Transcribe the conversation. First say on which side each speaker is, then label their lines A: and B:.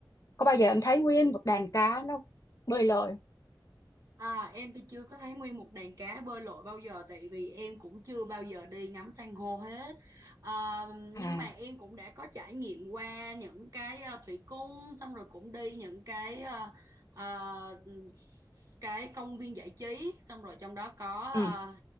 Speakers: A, on the left; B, on the right.
A: có bao giờ em thấy nguyên một đàn cá nó bơi lội
B: À, em thì chưa có thấy nguyên một đàn cá bơi lội bao giờ tại vì em cũng chưa bao giờ đi ngắm san hô hết. À,
A: à
B: nhưng mà em cũng đã có trải nghiệm qua những cái ờ, thủy cung xong rồi cũng đi những cái ờ, ờ, cái công viên giải trí xong rồi trong đó có ờ,
A: ừ,